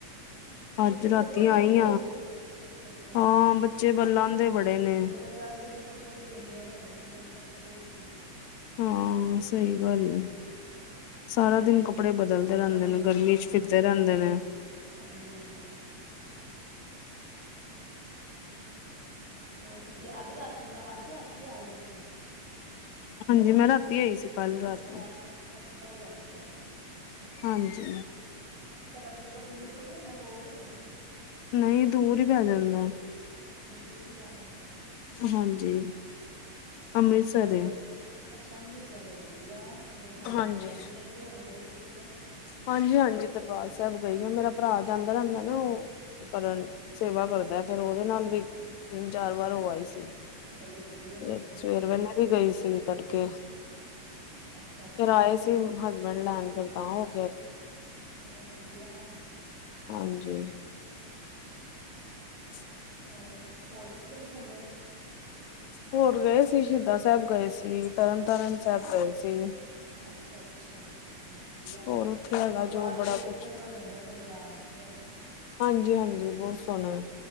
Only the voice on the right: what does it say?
ਬੱਚੇ
ਕੱਪੜੇ
ਇੰਨੇ ਆ ਅੱਛਾ ਅੱਛਾ,
ਬੜੇ ਲਾਂਦੇ ਨੇ ਕੱਪ ਥੋੜ੍ਹ ਹੀ ਇੰਨੇ ਰਿੰਦੇ ਨ ਕਰੇ ਕੀ <unintelligible>
ਕੱਪੋ
ਕੱਪੜੇ
ਹਾਂ
ਹਾਂਜੀ ਹਾਂਜੀ। ਹੋਰ ਤੁਸੀਂ ਅੱਜ ਰਾਤੀ ਦਾ, ਅੱਜ ਰਾਤੀ ਆਏ ਹੋ ਤੁਸੀਂ?
ਅੱਛਾ ਰਾ
ਅੱਛਾ ਕੱਲ ਰਾਤੀਂ ਆਏ ਸੀ। ਅੱਛਾ ਅੱਛਾ,
ਤੁਹਾਡੇ ਪੇਕਾ ਦੂਰ ਥੋੜ੍ਹੀ ਹੋਣਾ, ਕੋਲ ਹੀ ਹੋਣਾ।
ਅੱਛਾ ਦੂਰ ਹੀ ਪੈ ਜਾਂਦਾ ਹੈ
ਕਿਥੇ ਹੋਰ!
ਅੱਛਾ ਅੰਮ੍ਰਿਤਸਰ ਐਹ, ਵਧੀਆ ਹੈ। ਦਰਬਾਰ
ਸਾਹਿਬ ਜਾਂਦੇ ਰਹਿੰਦੇ ਹੋਵੋਗੇ ਤੁਸੀਂ ਤੇ।
ਚਲੋ ਵਧੀਆ
ਵਧੀਆ
ਅੱਛਾ ਅੱਛਾ
ਅੱਛਾ
ਚਲੋ ਵਧੀਆ ਐ
ਹੋਰ, ਹੋਰ ਕਿੱਥੇ ਨੀ ਘੁੰਮੇ?
ਅੱਛਾ
ਅੱਛਾ ਅੱਛਾ। ਅੱਛਾ, ਵਧੀਆ
ਗੁਰਦੁਆਰੇ
ਤੇ ਵੇਖਣ
ਵਾਲੇ ਨੇ ਪੰਜਾਬ ਦੇ।